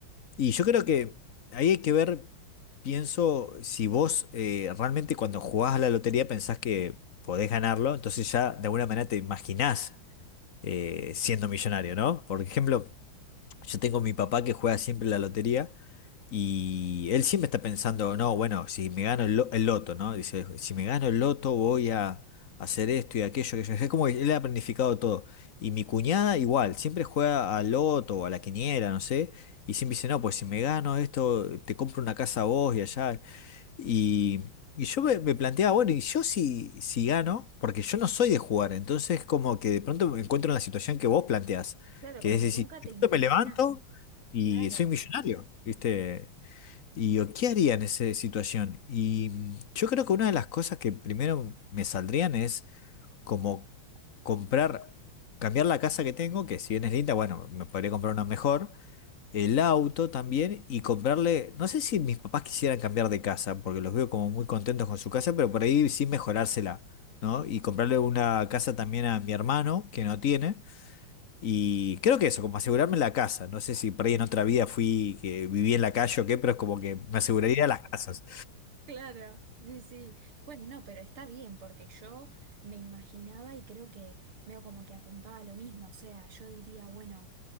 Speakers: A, on the left; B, on the right.
A: Y yo creo que ahí hay que ver, pienso, si vos eh, realmente cuando jugás a la lotería pensás que podés ganarlo, entonces ya de alguna manera te imaginás eh, siendo millonario, ¿no? Por ejemplo... Yo tengo mi papá que juega siempre la lotería y él siempre está pensando, no, bueno, si me gano el, lo- el loto, ¿no? Dice, si me gano el loto voy a hacer esto y aquello, aquello. Es como que él ha planificado todo. Y mi cuñada igual, siempre juega al loto o a la quiniela, no sé. Y siempre dice, no, pues si me gano esto, te compro una casa a vos y allá. Y, y yo me, me planteaba, bueno, y yo si, si gano, porque yo no soy de jugar, entonces como que de pronto me encuentro en la situación que vos planteás,
B: Claro,
A: que
B: como
A: es
B: que
A: decir,
B: nunca
A: de
B: te
A: pronto
B: imaginás.
A: me levanto y
B: Claro.
A: soy millonario, ¿viste? Y yo, ¿qué haría en esa situación? Y mm, yo creo que una de las cosas que primero me saldrían es como comprar, cambiar la casa que tengo, que si bien es linda, bueno, me podría comprar una mejor el auto también y comprarle, no sé si mis papás quisieran cambiar de casa, porque los veo como muy contentos con su casa, pero por ahí sí mejorársela, ¿no? Y comprarle una casa también a mi hermano, que no tiene, y creo que eso, como asegurarme la casa, no sé si por ahí en otra vida fui, que viví en la calle o qué, pero es como que me aseguraría las casas.
B: Claro, sí, sí. Bueno, no, pero está bien porque yo me imaginaba y creo que veo como que apuntaba a lo mismo. O sea, yo diría, bueno